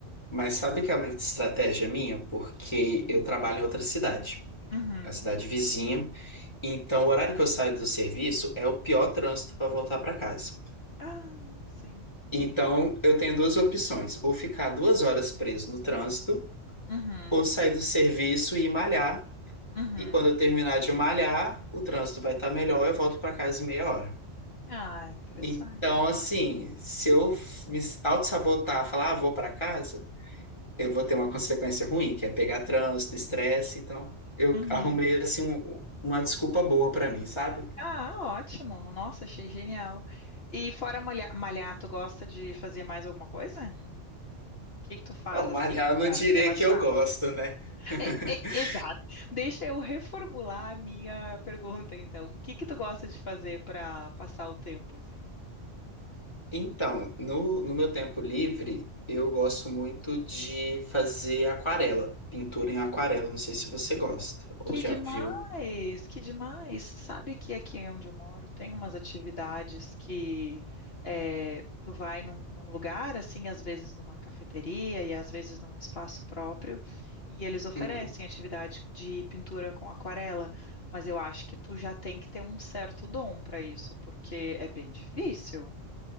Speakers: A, on the left; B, on the left.
A: Mas sabe que é uma estratégia minha? Porque eu trabalho em outra cidade,
B: Uhum.
A: é a cidade vizinha. Então, o horário que eu saio do serviço é o pior trânsito para voltar para casa.
B: Ah, sim.
A: Então, eu tenho duas opções: ou ficar duas horas preso no trânsito,
B: Uhum.
A: ou sair do serviço e malhar
B: Uhum.
A: E quando eu terminar de malhar, o trânsito vai estar melhor, eu volto para casa em meia hora.
B: Ah, interessante.
A: Então, assim, se eu me auto-sabotar, falar, ah, vou para casa, eu vou ter uma consequência ruim, que é pegar trânsito, estresse. Então, eu
B: Uhum.
A: arrumei, assim, um- uma desculpa boa para mim, sabe?
B: Ah, ótimo. Nossa, achei genial. E fora malha- malhar, tu gosta de fazer mais alguma coisa? O que que tu faz
A: Não,
B: assim
A: malhar eu
B: para
A: não diria
B: relaxar?
A: que eu gosto, né? <laughs>
B: É, é, exato. Deixa eu reformular a minha pergunta, então. O que que tu gosta de fazer para passar o tempo assim?
A: Então, no, no meu tempo livre, eu gosto muito de fazer aquarela, pintura em aquarela. Não sei se você gosta
B: Que
A: ou já
B: demais,
A: viu.
B: que demais. Sabe que aqui onde eu moro tem umas atividades que eh, tu vai num, num lugar, assim, às vezes numa cafeteria e às vezes num espaço próprio, e eles oferecem
A: Uhum.
B: atividade de pintura com aquarela, mas eu acho que tu já tem que ter um certo dom para isso, porque é bem difícil.